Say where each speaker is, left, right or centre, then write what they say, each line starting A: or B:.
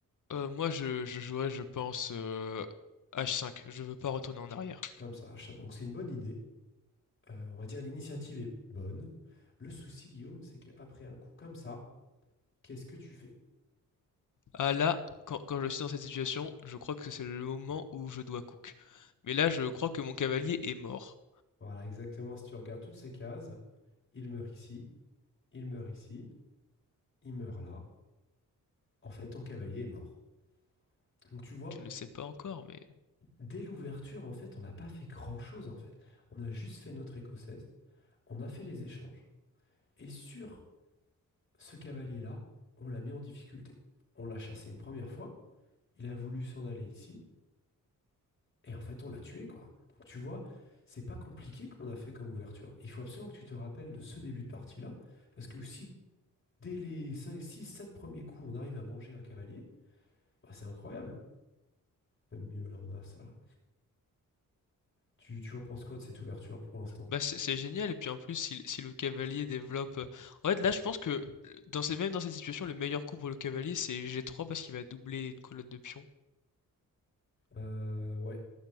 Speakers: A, on the left (about 65°); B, on the left (about 35°).
A: Euh, moi, je, je jouerais, je pense, euh, H5. Je veux pas retourner en arrière.
B: Comme ça, achat. Donc c'est une bonne idée. Euh, on va dire l'initiative est bonne. Le souci, Guillaume, c'est qu'après un coup comme ça, qu'est-ce que tu fais?
A: Ah là, quand, quand je suis dans cette situation, je crois que c'est le moment où je dois cook. Mais là, je crois que mon cavalier est mort.
B: Voilà, exactement, si tu regardes toutes ces cases, il meurt ici, il meurt ici, il meurt là. en fait, ton cavalier est mort. Donc tu vois,
A: Tu ne le sais pas encore, mais
B: dès l'ouverture, en fait, on n'a pas fait grand-chose, en fait. On a juste fait notre écossaise, on a fait les échanges. Et sur ce cavalier-là, on l'a mis en difficulté. On l'a chassé une première fois, il a voulu s'en aller ici, et en fait, on l'a tué, quoi. Donc tu vois, c'est pas compliqué qu'on a fait comme ouverture. Il faut absolument que tu te rappelles de ce début de partie-là, parce que si dès les 5, 6, 7 premiers coups, on arrive à manger un cavalier, bah, c'est incroyable. Même mieux, là, on a ça, là. Tu, tu en penses quoi de cette ouverture pour l'instant?
A: Bah, c'est c'est génial et puis en plus si, si le cavalier développe euh, en fait là je pense que dans ces, même dans cette situation le meilleur coup pour le cavalier c'est G3 parce qu'il va doubler une colonne de pions
B: Euh, ouais,